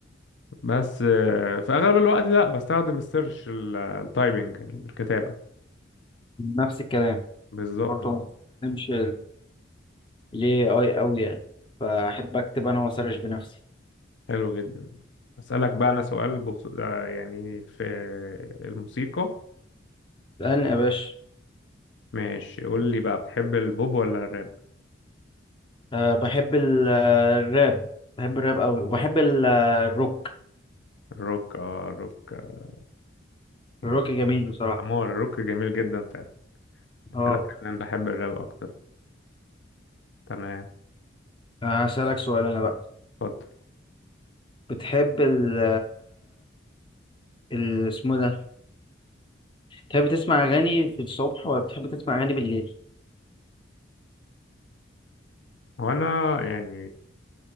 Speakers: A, on the left; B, on the left.
A: بس آه، في اغلب الوقت لا بستخدم السيرش ال- التايبنج الكتابة
B: نفس الكلام
A: بالظبط
B: برضو
A: آه.
B: ما بستخدمش الاي اي قوي يعني فاحب اكتب انا واسرش بنفسي
A: حلو جدا اسالك بقى انا سؤال بخصوص آه، يعني في الموسيقى
B: اسالني يا باشا
A: ماشي قول لي بقى بتحب البوب ولا الراب
B: أه بحب ال- آه، الراب بحب الراب قوي وبحب ال- آه، الروك
A: الروك اه الروك آه، يعني
B: الروك جميل بصراحه
A: امور الروك جميل جدا فعلا
B: اه
A: انا كمان بحب الراب اكتر تمام
B: هسألك سؤال انا بقى
A: اتفضل
B: بتحب ال ال- اسمه ده بتحب تسمع أغاني في الصبح ولا بتحب تسمع أغاني بالليل؟
A: هو انا يعني